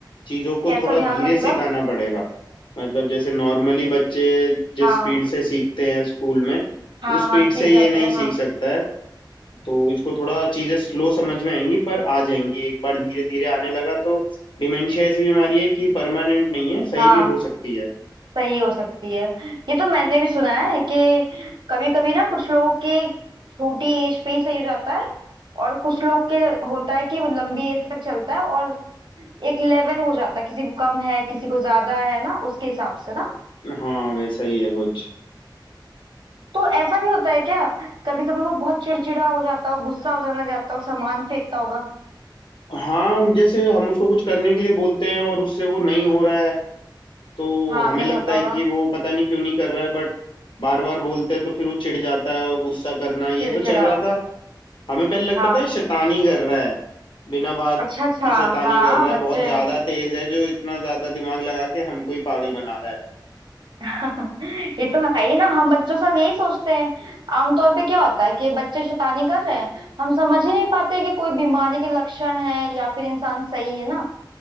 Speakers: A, on the left (about 80°); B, on the right (about 75°).
A: चीज़ों को
B: कैसा
A: थोड़ा
B: ध्यान
A: धीरे
B: मतलब
A: सिखाना पड़ेगा मतलब जैसे नॉर्मली बच्चे जिस
B: हाँ
A: स्पीड से सीखते हैं स्कूल में
B: हाँ
A: उस स्पीड
B: हाँ सीख
A: से ये
B: जाते
A: नहीं
B: हैं
A: सीख
B: हाँ
A: सकता है तो इसको थोड़ा चीजें स्लो समझ में आएंगी पर आ जाएंगी एक बार धीरे धीरे आने लगा तो डिमेंशिया ऐसी बीमारी है कि परमानेंट नहीं है सही
B: हाँ
A: भी हो सकती है
B: सही हो सकती है ये तो मैंने भी सुना है कि कभी कभी ना कुछ लोगों के छोटी एज पे ही सही हो जाता है और कुछ लोग के होता है कि वो लंबी एज तक चलता है और एक लेवल हो जाता है किसी को कम है किसी को ज्यादा है ना उसके हिसाब से ना
A: हाँ वैसा ही है कुछ
B: तो ऐसा भी होता है क्या कभी कभी वो बहुत चिड़चिड़ा हो जाता हो गुस्सा हो जाने लग जाता हो सामान फेंकता होगा
A: हाँ जैसे हम उसको कुछ करने के लिए बोलते हैं और उससे वो नहीं हो रहा है तो
B: हाँ
A: हमें
B: नहीं
A: लगता
B: होता
A: है
B: होगा
A: कि वो पता नहीं क्यों नहीं कर रहा है बट बार बार बोलते हैं तो फिर वो चिढ़ जाता है और गुस्सा करना ये
B: चिड़चिड़ा
A: तो चल रहा था हमें पहले लगता
B: हाँ
A: था ये शैतानी कर रहा है बिना बात
B: अच्छा अच्छा
A: की शैतानी
B: हाँ
A: कर रहा है
B: बच्चे
A: बहुत ज्यादा
B: हैं।
A: तेज है जो इतना ज्यादा दिमाग लगा के हमको ही पागल बना रहा है
B: <laughs> ये तो है ही ना हम बच्चों के साथ यही सोचते हैं आमतौर पे क्या होता है कि बच्चे शैतानी कर रहे हैं हम समझ ही नहीं पाते कि कोई बीमारी के लक्षण है या फिर इंसान सही है ना